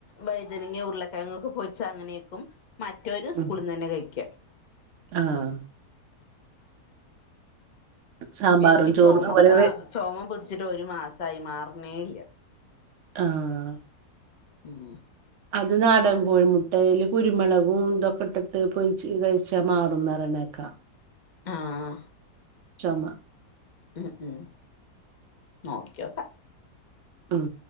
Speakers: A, on the left; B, on the right.
A: വൈതനങ്ങ, ഉരുളക്കിഴങ്ങ് ഒക്കെ പോരിച്ച അങ്ങനെയ്ക്കും മറ്റോര് സ്കൂളിൽന്ന്
B: ഉം
A: തന്നെ കഴിക്കും.
B: ആഹ് സാമ്പാറും
A: ഇൻക്ക്
B: ചോറും
A: ചൊമ
B: അതുപോലെ
A: ആ
B: വെ
A: ചൊമപിടിച്ചിട്ട് ഒരു മാസായി, മാറുന്നേ ഇല്ല.
B: ആഹ്
A: ഉം
B: അത് നാടകൻ കോഴിമുട്ട അല്ല കുരുമുളകും ഇതൊക്കെ ഇട്ടിട്ട് പൊയിച്ച് കഴ ചമാറുന്നറണേക്ക
A: ആഹ്
B: ചൊ മ
A: ഉം ഉം നോക്കിയോ ക്ക
B: ഉം